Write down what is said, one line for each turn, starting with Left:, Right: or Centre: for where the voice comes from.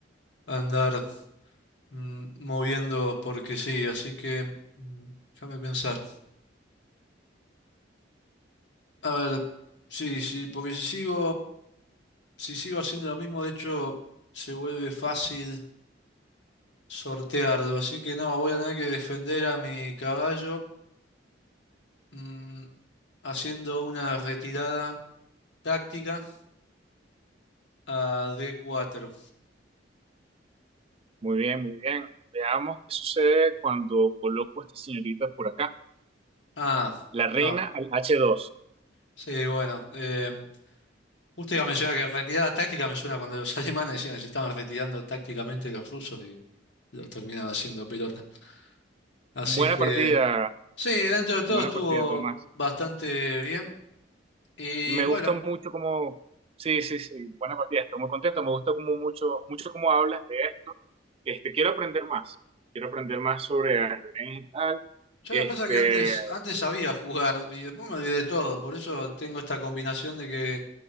Left: andar mm, moviendo porque sí, así que mm, déjame pensar. A ver, sí, sí, porque si sigo, si sigo haciendo lo mismo, de hecho, se vuelve fácil sortearlo, así que no, voy a tener que defender a mi caballo mm, haciendo una retirada táctica a d cuatro.
Right: Muy bien, muy bien. Veamos qué sucede cuando coloco a esta señorita por acá.
Left: Ah,
Right: La reina
Left: no,
Right: al h dos
Left: sí, bueno. em, Justo iba a mencionar que retirada táctica me suena cuando los <laughs> alemanes decían que se estaban retirando tácticamente los rusos y los terminaban haciendo pelota. Así
Right: Buena
Left: que,
Right: partida,
Left: sí, dentro de todo
Right: buena
Left: estuvo
Right: partida, Tomás.
Left: bastante bien. Y
Right: Me
Left: bueno,
Right: gusta mucho cómo sí, sí, sí, buena partida, estoy muy contento, me gusta como mucho, mucho cómo hablas de esto. Este, quiero aprender más, quiero aprender más sobre ajedrez y tal.
Left: yo
Right: Este,
Left: lo que pasa es que antes, antes sabía jugar y después me olvidé de todo. Por eso tengo esta combinación de que